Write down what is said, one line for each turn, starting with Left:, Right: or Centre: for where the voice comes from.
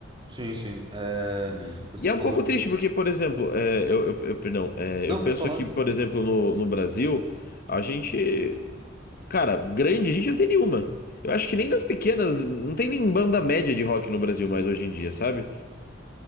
Right: Sim, sim. É,
Left: E,
Right: você
Left: e é
Right: falou.
Left: um pouco triste, porque, por exemplo, é, eu, eu- eu- perdão, é,
Right: Não,
Left: eu penso
Right: pode falar.
Left: aqui, por exemplo, no, no Brasil, a gente, cara, grande, a gente não tem nenhuma. Eu acho que nem das pequenas, não tem nem banda média de rock no Brasil mais hoje em dia, sabe?